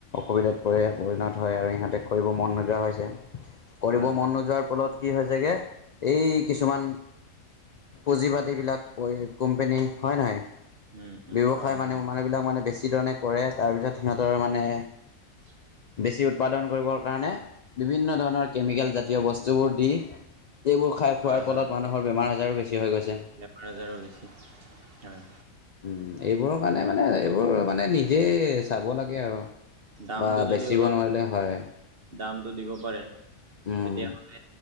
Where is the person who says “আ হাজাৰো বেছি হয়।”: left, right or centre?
Right